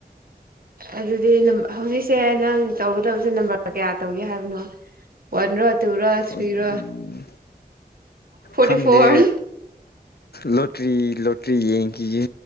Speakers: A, on the right; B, on the left.
A: ꯑꯗꯨꯗꯤ ꯍꯧꯖꯤꯛꯁꯦ ꯅꯪ ꯇꯧꯒꯗꯕꯁꯦ ꯅꯝꯕꯔ ꯀꯌꯥ ꯇꯧꯒꯦ ꯍꯥꯏꯕꯅꯣ ꯋꯥꯟꯔꯣ ꯇꯨꯔꯣ ꯊ꯭ꯔꯤꯔꯣ
B: ꯑꯣ ꯎꯝ
A: ꯐꯣꯔꯇꯤ
B: ꯈꯪꯗꯦ
A: ꯐꯣꯔ
B: ꯂꯣꯇ꯭ꯔꯤ ꯂꯣꯇ꯭ꯔꯤ ꯌꯦꯡꯈꯤꯒꯦ